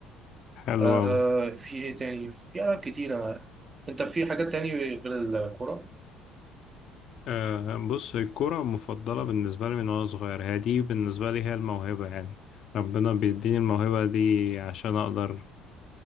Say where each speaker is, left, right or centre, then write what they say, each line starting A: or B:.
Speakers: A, on the left (about 50°); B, on the right (about 25°).
A: حلو
B: آه
A: قوي
B: في ايه تاني في ألعاب كتيرة انت في حاجات تاني غير الكورة
A: آه بص الكرة المفضلة بالنسبة لي من وانا صغير هي دي بالنسبة لي هي الموهبة يعني ربنا بيديني الموهبة دي عشان اقدر